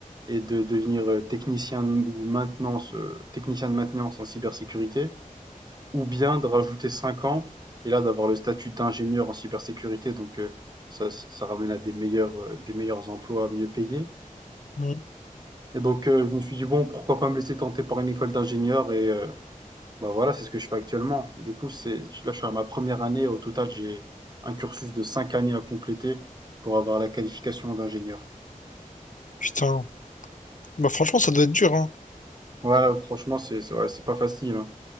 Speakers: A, on the right (about 30°); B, on the left (about 65°).
A: et de devenir euh, technicien ou maintenance, euh, technicien de maintenance en cybersécurité Ou bien de rajouter 5 ans, et là d'avoir le statut d'ingénieur en cybersécurité, donc euh, ça, ça- ça ramène à des meilleurs, euh, des meilleurs emplois mieux payés.
B: mhm.
A: Et donc euh, je me suis dit, bon, pourquoi pas me laisser tenter par une école d'ingénieur et euh, bah voilà, c'est ce que je fais actuellement. Du coup, c'est, là je suis à ma première année, au total j'ai un cursus de 5 années à compléter pour avoir la qualification d'ingénieur.
B: Putain. Bah franchement, ça doit être dur, hein.
A: Ouais, franchement, c'est c'est ouais, c'est pas facile. hein.